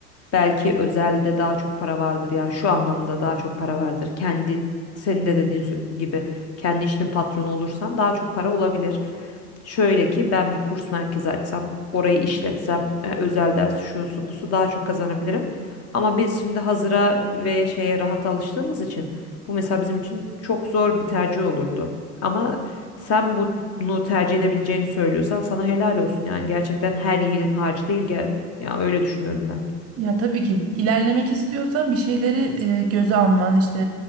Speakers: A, on the left (about 30°); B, on the right (about 30°).
A: belki özelde daha çok para vardır yani şu anlamda daha çok para vardır. Kendi senin de dediğin sö- gibi kendi işinin patronu olursan daha çok para olabilir. Şöyle ki ben bir kurs merkezi açsam, orayı işletsem, e, özel ders şusu busu daha çok kazanabilirim. Ama biz şimdi hazıra ve şeye rahat alıştığımız için bu mesela bizim için çok zor bir tercih olurdu. Ama sen bunu tercih edebileceğini söylüyorsan sana helal olsun. Yani gerçekten her yiğidin harcı değil gel. Ya öyle düşünüyorum ben.
B: Ya tabii ki ilerlemek istiyorsan bir şeyleri e, göze alman işte